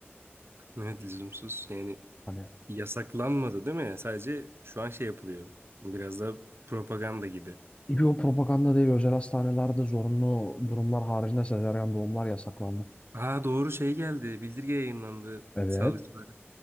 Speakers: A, on the right (about 65°); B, on the left (about 25°).
A: Evet lüzumsuz. Yani
B: Hani
A: yasaklanmadı değil mi? Sadece şu an şey yapılıyor. Biraz da propaganda gibi.
B: bir o propaganda değil, özel hastanelerde zorunlu durumlar haricinde sezaryen doğumlar yasaklandı.
A: Ha doğru şey geldi. Bildirge yayınlandı
B: Evet.
A: sağlıkçılara.